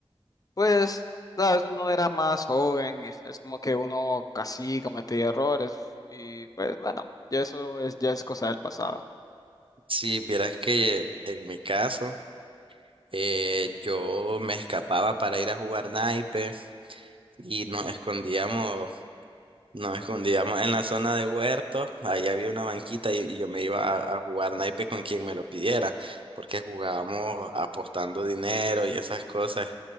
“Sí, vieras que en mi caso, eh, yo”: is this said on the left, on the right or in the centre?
Right